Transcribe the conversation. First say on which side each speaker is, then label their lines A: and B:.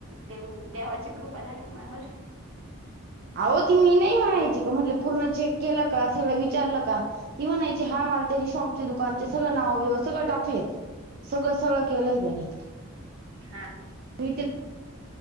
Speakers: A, on the right; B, on the right.
A: देऊ, देवाची कृपा झाली मायावर.
B: अहो ती मी नाही म्हणायची का म्हटलं पूर्ण चेक केलं का सगळं विचारलं का? ती म्हणायची हा माल त्यांनी शॉपचे दुकानचे सगळं नाव बिव सगळं टाकलय. सगळं सगळं केलंय त्यांनी.
A: हा.
B: <unintelligible>